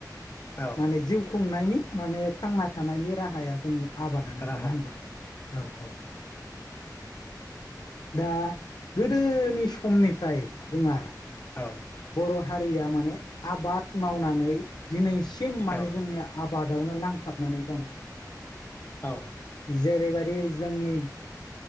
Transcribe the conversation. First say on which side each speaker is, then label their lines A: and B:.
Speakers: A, on the left; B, on the left.
A: औ
B: माने जिउ खुंनायनि माने थांना थानायनि राहाया जोंनिया आबादानो
A: राहा
B: नङा होनब्ला औ औ दा गोदोनि समनिफ्राय जोंहा
A: औ
B: बर' हारिया माने आबाद मावनानै दिनैसिम माने
A: औ
B: जोङो आबाद नो नांथाबनानै दं
A: औ
B: जैबाय बे जोंनि